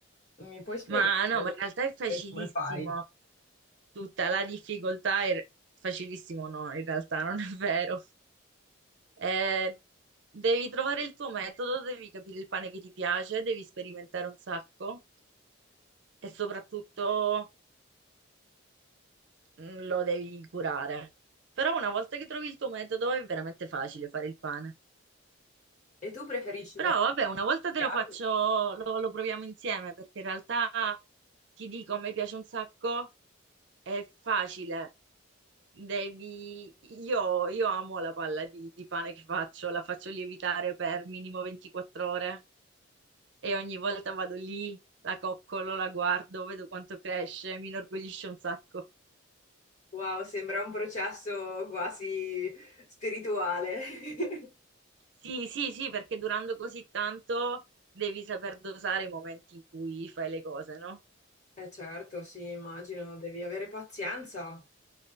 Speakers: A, on the left; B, on the right.
A: Mi puoi spiegare
B: Ma
A: velocemente
B: no, ma in realtà è facilissimo.
A: come fai?
B: Tutta la difficoltà è facilissimo, no, in realtà non è vero. Eh, devi trovare il tuo metodo, devi capire il pane che ti piace, devi sperimentare un sacco e soprattutto mm, lo devi curare. Però una volta che trovi il tuo metodo è veramente facile fare il pane.
A: E tu preferisci
B: Però
A: le fette?
B: vabbè, una volta te
A: verticali?
B: lo faccio, lo, lo proviamo insieme perché in realtà ti dico, a me piace un sacco, è facile. Devi... Io, io amo la palla di, di pane che faccio, la faccio lievitare per minimo 24 ore e ogni volta vado lì, la coccolo, la guardo, vedo quanto cresce, mi inorgoglisce un sacco.
A: Wow, sembra un processo quasi spirituale. <laughs>
B: Sì, sì, sì, perché durando così tanto devi saper dosare i momenti in cui fai le cose, no?
A: Eh certo, sì, immagino, devi avere pazienza.